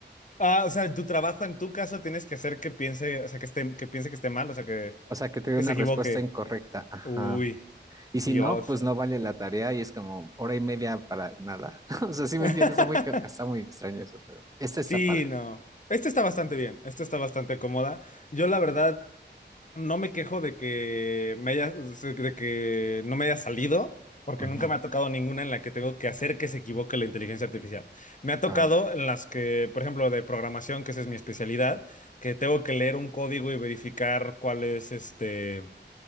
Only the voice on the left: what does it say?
Ah, o sea, en tu trabajo, en tu caso, tienes que hacer que piense, o sea, que esté, que piense que esté mal, o sea, que,
que
se equivoque.
Uy,
Dios.
<laughs>
Sí,
no. Este está bastante bien, este está bastante cómoda. Yo la verdad, No me quejo de que me haya, de que no me haya salido, porque
nunca me ha tocado ninguna en la que tengo que hacer que se equivoque la inteligencia artificial. Me ha tocado
en las que, por ejemplo, de programación, que esa es mi especialidad, que tengo que leer un código y verificar cuál es este